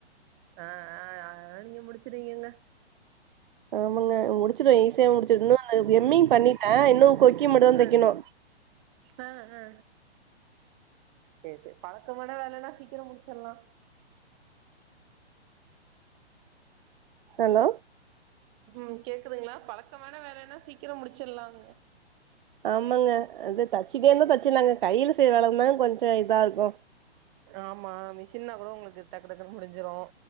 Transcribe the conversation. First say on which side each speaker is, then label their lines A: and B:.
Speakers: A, on the right; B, on the right.
A: ஆ ஆ அதலா நீங்க முடிச்சிருவீகங்க
B: ஆமாங்க முடிச்சிருவ ஈசியா முடிச்சிடு இன்னு அதுக்கு எம்மிங் பண்ணிட்ட இன்னு கொக்கி மட்டு தா தைக்கணு
A: ஆ ஆ ஆ சேர் சேர் பழக்கமான வேலனா சீக்கிரோ முடிச்சர்லா
B: ஹலோ
A: ம் கேக்குதுங்ளா பழக்கமான வேலனா சீக்கிரோ முடிச்சிர்லாங்க
B: ஆமாங்க அது தச்சுட்டே இருந்தா தச்சிலாங்க கைல செய்ய வேலந்தா கொஞ்சோ இதா இருக்கு
A: ஆமா மிஷின்னா கூட உங்களுக்கு டக்கு டக்குன் முடிஞ்சிரு